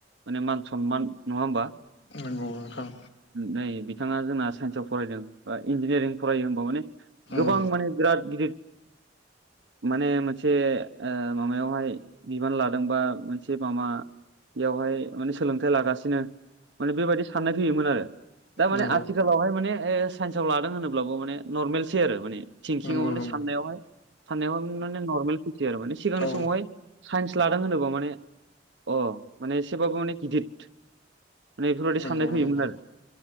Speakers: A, on the right; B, on the left.
A: माने मान सनमान नङा होमबा
B: नंगौ नोंथां
A: नै बिथाङा जोंना साइन्सआव फरायदों बा इन्जिनियारिं फरायो हबा माने
B: उम
A: गोबां माने बिराद गिदिर माने मोनसे माबायावहाय बिबान लादों बा मोनसे माबा बेयावहाय माने सोलोंथाइ लागासिनो माने बेबायाददि साननाय फैयोमोन आरो दा माने
B: नंगौ
A: आथिखालावहाय माने साइन्साव लादों होनोब्लाबो माने नरमेलसै आरो माने थिंकिंव
B: नंगौ
A: माने
B: नंगौ
A: साननायावहाय साननायावहाय माने नर्मेल फिसि आरो माने
B: औ
A: सिगांनि समावहाय साइन्स लादों होनोबा माने अ माने एसेबाबो माने गिदिर माने बेफोरबायाददि
B: नंगौ
A: साननाय फैयोमोन
B: नंगौ
A: आरो